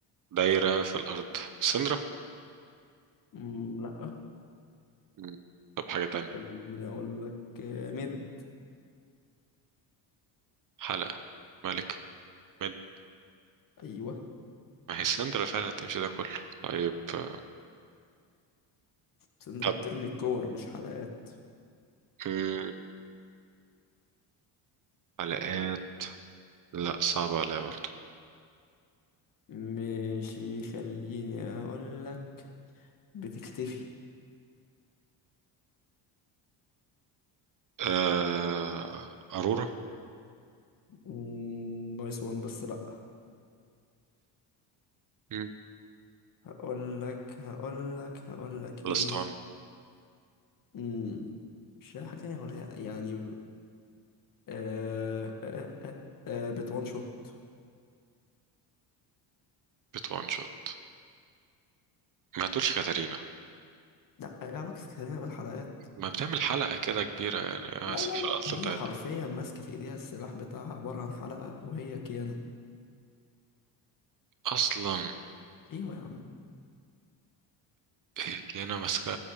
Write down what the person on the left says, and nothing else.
مم لا
خليني اقول لك آه مد
ايوه
سندرا
بترمي الكور مش حلقات
ماشي خليني اقول لك بتختفي
مم، نايس وان بس لا
هقول لك هقول لك هقول لك
ايه مم، مش لاقي حاجة تانية اقولها لك يعني آه آه آه آه بتوان شوت
لا ايه علاقة كريمة بالحلقات
لا
لا لا
هي
حرفيا ماسكة في ايديها السلاح بتاعها عبارة عن حلقة وهي كيانة
ايوه يا عم